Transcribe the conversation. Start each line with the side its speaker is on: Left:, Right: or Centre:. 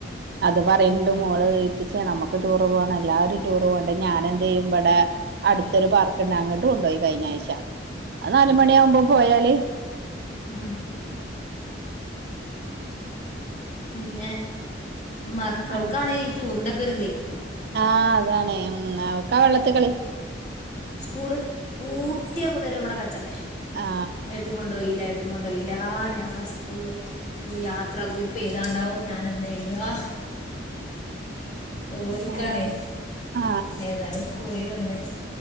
Right: അത് പറയണ്ട്
Left: അങ്ങനെ പോയില്ലേ
Right: മോള് കേപ്പിച്ചെയാ നമ്മക്ക് ടൂറ് പോണ എല്ലാരും ടൂർ പോണ്ടേ ഞാനെന്ത് ചെയ്യും ഇവിടെ അടുത്തൊരു
Left: ആ
Right: പാർക്കുണ്ട് അങ്ങോട്ട് കൊണ്ടുപോയി കഴിഞ്ഞ ആഴ്ച അത് നാലുമണി
Left: ആ
Right: ആകുമ്പോ പോയാല്
Left: ഉം പിന്നെ മക്കൾക്കാണ്
Right: ആ
Left: ഈ ടൂറിന്റെ പ് <unintelligible>
Right: ആ അതാണ് ഉം അവക്കാ വെള്ളത്ത് കളി
Left: സ്കൂളിൽ പൂട്ടിയ മുതല് ഇവിടെ കച്ചറെയാ
Right: ആ
Left: ഏട്ടും കൊണ്ടുപോയില്ല ഏട്ടും കൊണ്ടുപോയില്ല ആ ഞാൻ സ്കൂളില് ഉം യാത്ര കുളിക് പ്പെയ്താണ്ടാവും ഞാനെന്ത് എഴുതുവാ ഓൽക്കാണേ
Right: ആ ആ
Left: ഏതാലും പോയി വന്ന് ഒന്ന്